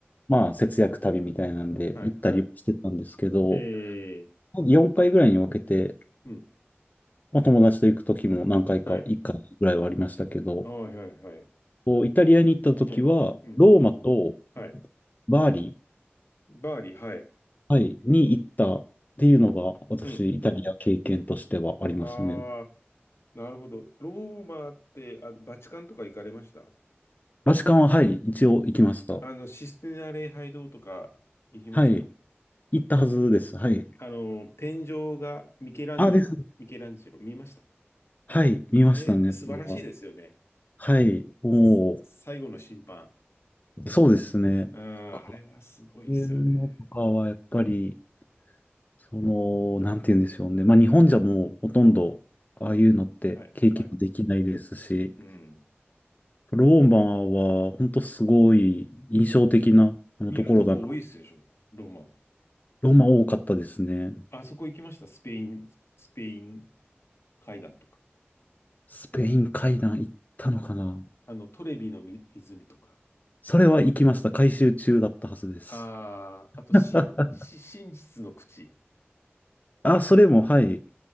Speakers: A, on the left; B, on the left.
A: まあ、節約旅みたいなんで行ったりしてたんですけど、
B: はい、はい。ええ、
A: 4回ぐらいに分けて、
B: うん、
A: まあ、友達と行く時も何回か、
B: はい。
A: 1回ぐらいはありましたけど、
B: ああ、はい、はい。
A: こうイタリアに行った時は、
B: ええ、うん。
A: ローマと
B: はい。
A: バーリ
B: バーリー、はい。
A: ー、はい、に行ったっていうのが、私、
B: うん。
A: イタリア経験としてはありますね。
B: ああ、なるほど。ローマって、あ、バチカンとか行かれました
A: バチカンは、はい、一応行きました。
B: あの、システィナ礼拝堂とか行きました
A: はい、行ったはずです。はい。
B: あの、天井がミケランジョロ、
A: あ、です。
B: ミケランジェロ見ました
A: はい、見ましたね、
B: あれ、素晴らしいですよね。
A: それは。はい、もう、
B: す最後の審判。
A: そうですね。
B: うん、あれはすごいですよね。
A: そういうのとかはやっぱり、その、なんて言うんでしょうね。まあ日本じゃもうほとんど、ああいうのって経験できないですし、
B: はい、はい。うん。
A: ローマは本当すごい印象的なあのところだな。
B: 見るとこ多いですでしょ、ローマは。
A: ローマ多かったですね。
B: あそこ行きましたスペイン、スペイン階段とか。
A: スペイン階段行ったのかな
B: あの、トレビのみ泉とか。
A: それは行きました。改修中だったはずです。
B: ああ、あと、真、
A: あ、
B: し真実の口。
A: あ、それも、はい。